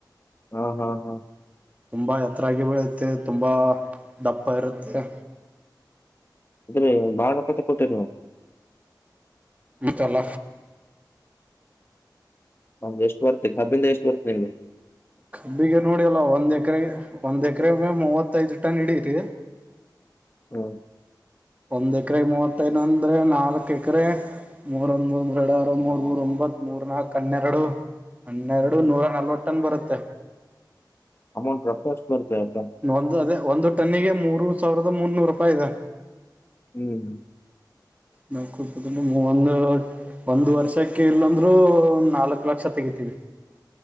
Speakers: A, on the left (about 30°); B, on the right (about 20°).
A: ಹ್ಮ ಹ್ಮ್ ಹ್ಮ್
B: ತುಂಬಾ ಎತ್ತರಾಗಿ ಬೆಳುತ್ತೆ ತುಂಬಾ ದಪ್ಪ ಇರುತ್ತೆ
A: ಅ್ರ ಬಾರನ ಕತೆ ಕೊತೆ
B: ಮುಚ್ಚಲ್ಲ
A: ಒಮ್ ಎಷ್ಟು ಬರ್ತ್ತತಿ ಕಬ್ಬಿಂದ ಎಷ್ಟು ಬರ್ತ್ತೆ ನಿಮ್ದಗೆ
B: ಕಬ್ಬಿಗೆ ನೋಡಿ ಅಲ್ಲ ಒಂದ್ ಎಕರೆಗೆ ಒಂದ್ ಎಕರೆಗ ಮೂವತ್ತೈಐದು ಟನ್ ಇಡೀರಿ
A: ಹ
B: ಒಂದ್ ಎಕರೆಗೆ ಮೂವತ್ತೈದು ಅಂದ್ರೆ ನಾಲ್ಕು ಎಕರೆ ಮೂರೊಂದು ಮೂ ಎರಡು ಆರು ಮೂರ್ ಮೂರ ಒಂಬತ್ ಮೂರ್ ನಾಲ್ಕ ಹನ್ನೆರಡು ಹನ್ನೆರಡು ನೂರ ನಲ್ವತ್ ಟನ್ ಬರುತ್ತೆ.
A: ಅಮ ಪ್ರತ <unintelligible>
B: ಒಂದು ಅದೇ ಒಂದು ಟನ್ನಿಗೆ ಮೂರು ಸಾವಿರದ ಮುನ್ನೂರು ರೂಪಾಯಿ ಇದೆ.
A: ಹ್ಮ್.
B: ನಲ್ಕುಪದಲ್ಲಿ ಒಂದು ಒಂದು ವರ್ಷಕ್ಕೆ ಇಲ್ಲಂದ್ರೂ ಒ ನಾಲ್ಕ ಲಕ್ಷ ತೆಗಿತೀವಿ.